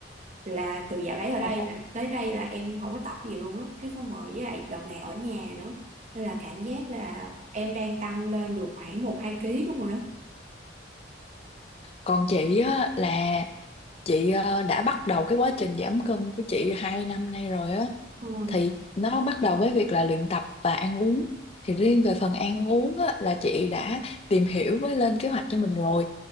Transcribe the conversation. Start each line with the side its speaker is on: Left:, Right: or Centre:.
Right: là từ dạo đấy ở đây
Left: Ồ.
Right: là- tới đây là em không có tập gì luôn á cái xong rồi với lại đợt này ở nhà nữa nên là cảm giác là em đang tăng lên được khoảng một hai ký đúng rồi á
Left: Còn chị á là chị ờ, đã bắt đầu cái quá trình giảm cân của chị hai năm nay rồi á.
Right: Ừ.
Left: thì nó bắt đầu với việc là luyện tập và ăn uống thì riêng về phần ăn uống á, là chị đã tìm hiểu với lên kế hoạch cho mình rồi